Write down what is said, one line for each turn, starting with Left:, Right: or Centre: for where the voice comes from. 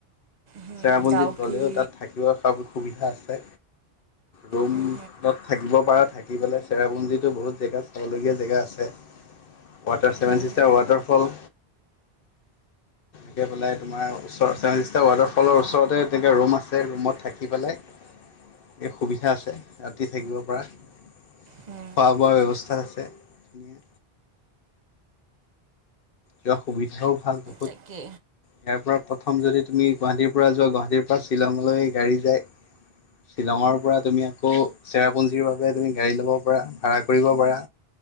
Right: হুম
Left: চেৰামঞ্জীিত
Right: ডাউকি
Left: গ'লেও তাত থাকিব স সুবিধা আছে, ৰৰুমত।
Right: হুম
Left: থাকিব পাৰঁ থাকি পেলাই চেৰাপুঞ্জীো বহুত জেগাত চাবলগীয়া জেগা আছে। ৱাটাৰ চছেভে
Right: হুম
Left: চিষ্টাৰ
Right: হুম
Left: ৱাটাৰফল। তেনেকৈ পেলাই তোমাৰ ওচৰেষ্টটা ৱাটাৰফলৰ ওচৰতে তেনেকৈ ৰুম আছে ৰুমত থাকি পেলাই। <unintelligible> এই সুবিধা আছে ৰাতি থাকিব পৰা খোৱা
Right: হুম
Left: বোৱা ব্যৱস্থাত আছে। ধুনীয়া যোৱা সুবিধাও ভাল প
Right: তাকে।
Left: ইয়াৰ পৰা প্ৰথম যদি তুমি গুৱাহাটীৰ পৰা যোৱা গুৱাহাটীৰ পৰা শ্বিলঙলৈ গাড়ী যায়, শ্বিলঙৰ পৰা তুমি আকৌ চেৰাপুঞ্জীৰ বাবে তুমি গাড়ী ল'ব পাৰা, ভাড়া কৰিব পাৰা।